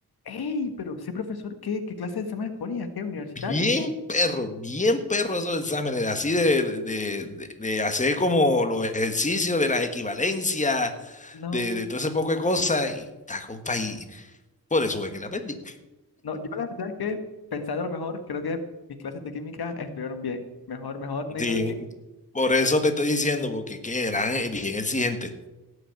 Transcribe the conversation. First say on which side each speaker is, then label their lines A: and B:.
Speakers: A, on the left; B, on the left.
A: Ey, pero ese profesor, ¿qué, qué clase de exámenes ponía? ¿Qué? ¿Universitario?
B: Bien
A: ¿Qué?
B: perro, bien perro esos exámenes, así de, de- de- de hacer como los ejercicios de las equivalencias,
A: No.
B: de, de todo ese poco de
A: ah,
B: cosas. Y está, compa, y por eso fue que la perdí.
A: No, yo la verdad es que, pensando lo mejor, creo que mis clases de química estuvieron bien. Mejor, mejor, me
B: Sí,
A: quedo aquí.
B: por eso te estoy diciendo, porque que eran eh, bien exigentes.